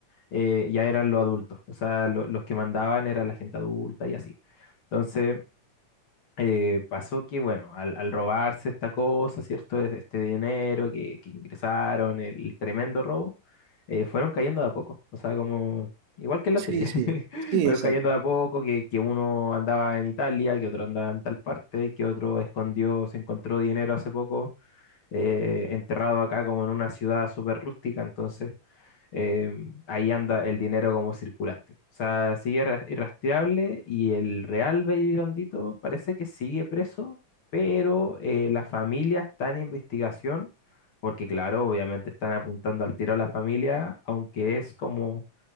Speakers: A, on the left; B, on the right.
A: eh, ya eran los adultos, o sea, lo- los que mandaban era la gente adulta y así. Entonces eh, pasó que, bueno, al, al robarse esta cosa, ¿cierto? Es- Este dinero que, que ingresaron, el, el tremendo robo, eh, fueron cayendo de a poco. O sea, como, igual que en la
B: Sí,
A: serie,
B: sí,
A: <laughs>
B: sí,
A: fueron
B: exacto.
A: cayendo de a poco, que, que uno andaba en Italia, que otro andaba en tal parte, que otro escondió, se encontró dinero hace poco, eh, enterrado acá como en una ciudad súper rústica. Entonces, eh, ahí anda el dinero como circulante. O sea, sigue irra- irrastreable y el real Baby Bandito parece que sigue preso, pero eh, la familia está en investigación, porque claro, obviamente están apuntando al tiro a la familia, aunque es como,